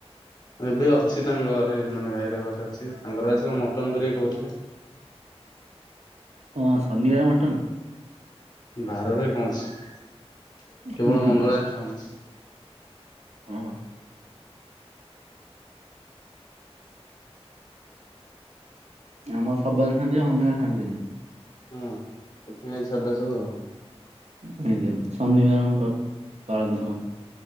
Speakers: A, on the left; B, on the right.
A: ଏବେ ଅଛି ତାଙ୍କ ଘରେ ମାନେ ଭାଇର ଘରେ ଅଛି ତାଙ୍କର ଭାଇଛି କଣ ମଟନ କରିକି କହୁଥିଲେ।
B: ଓ ସର୍ନିବାର ମଟନ।
A: ବାରରେ କଣ ଅଛି କେବଳ
B: ହୁଁ ହୁଁ
A: ମଙ୍ଗଳରେ ଚାହୁନ।
B: ଓହୋ। ଆମ ସବାରେ ଖାଆନ୍ତି ହଙ୍ଗି ଖାଆନ୍ତିନି।
A: ହଁ ସେଥିପାଇଁ ଆ ସାଧା ସବୁ ଆଉ।
B: ଆ ସଧିବହ ପାଳନ ସମ